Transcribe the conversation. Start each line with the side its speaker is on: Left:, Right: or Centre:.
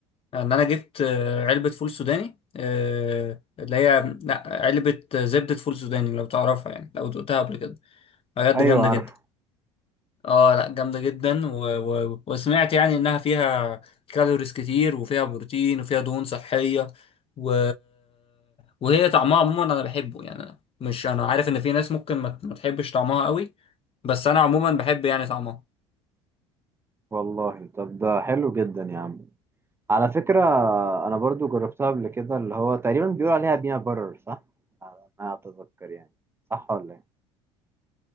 Left: ان انا جبت آه، علبه فول سوداني آه، اللي هي لا علبه زبده فول سوداني لو تعرفها يعني لو دقتها قبل كده بجد
Right: ايوه
Left: جامده
Right: عارفه
Left: جدا اه لا جامدة جدا و... و... وسمعت يعني انها فيها كالوريز كتير وفيها بروتين وفيها دهون صحية و... وهي طعمها عموما انا بحبه يعني مش انا عارف ان في ناس ممكن ما, ما تحبش طعمها قوي بس انا عموما بحب يعني طعمها
Right: والله طب ده حلو جدا يا عم على فكره انا برضو جربتها قبل كده اللي هو تقريبا بيقول عليها بينا برر صح انا اتذكر يعني صح ولا إيه؟